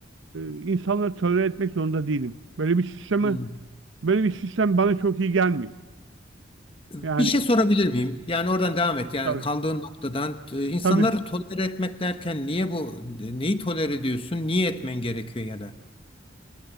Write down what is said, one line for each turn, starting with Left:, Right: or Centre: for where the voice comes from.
Right: e, insanları tolere etmek zorunda değilim. Böyle bir sistemi
Left: Hmm.
Right: böyle bir sistem bana çok iyi gelmiyor.
Left: Bir
Right: Yani
Left: şey sorabilir miyim? Yani oradan devam et. Yani
Right: tabii
Left: kaldığın noktadan e, insanları
Right: tabii.
Left: tolere etmek derken niye bu e, neyi tolere ediyorsun? Niye etmen gerekiyor ya da?